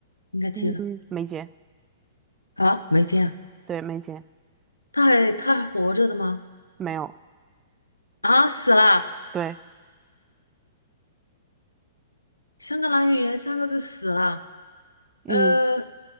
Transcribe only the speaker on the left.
应该结了。
啊，没结啊。
他还他还活着的吗？
啊，死了！
香格兰语言三个字死了。
呃，